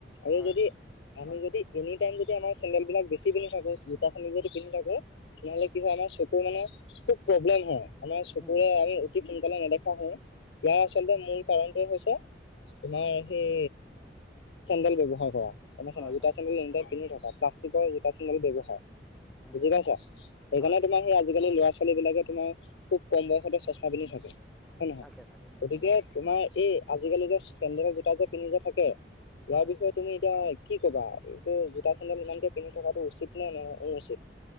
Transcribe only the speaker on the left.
আৰু
যদি
আমি যদি এনিটাইম যদি আমাৰ চেন্দেল বিলাক বেছি পন্ধি থাকো, জোতা চেন্দেল যদি পিন্ধি থাকো তেনেহ'লে কি হয় আমাৰ চকুৰ মানে খুব প্ৰব্লেম হয়। আমাৰ চকুৰে
আমি অতি সোনকালে নেদেখা হওঁ। ইয়াৰ আচলতে মূল কাৰণটো হৈছে তোমাৰ সেই চেণ্ডেল ব্যৱহাৰ কৰা।
জোতা
চেন্দেল এনিটাইম
পিন্ধি থকা। প্লাষ্টিকৰ জোতা চেন্দেল ব্যৱহাৰ
বুজি পাইছা? সেইকাৰণে
তোমাৰ সেই আজিকালি লৰা ছোৱালী বিলাকে তোমাৰ খুব কম বয়সতে চচমা পিন্ধি থাকে। হয়ে নহয়?
গতিকে
তোমাৰ এই আজিকালি যে চেন্দেলৰ জোতা যে পিন্ধি যে থাকে, ইয়াৰ
বিষয়ে তুমি এতিয়া কি ক'বা? এইটো জোতা চেন্দেল ইমান কে পিন্ধি থকাতটো উচিত নে অনুচিত?